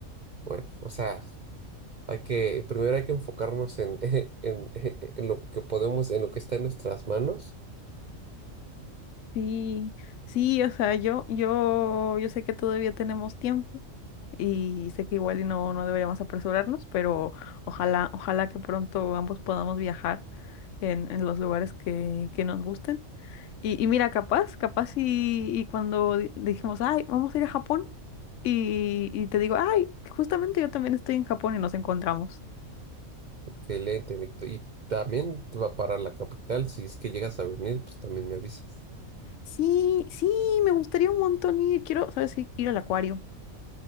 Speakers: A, on the right (about 45°); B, on the left (about 70°).
A: bueno, o sea. Hay que, primero hay que enfocarnos en, <laughs> en, en lo que podemos, en lo que está en nuestras manos.
B: Sí, sí, o sea, yo, yo, yo sé que todavía tenemos tiempo y sé que igual y no, no deberíamos apresurarnos, pero ojalá, ojalá que pronto ambos podamos viajar en, en los lugares que, que nos gusten. Y, y mira, capaz, capaz y, y cuando di- dijimos, ay, vamos a ir a Japón, y, y te digo, ay, justamente yo también estoy en Japón y nos encontramos.
A: Excelente, Nicto. Y también va para la capital. Si es que llegas a venir, pues también me avisas.
B: Sí, sí, me gustaría un montón ir, quiero, ¿sabes? qué? Ir al acuario.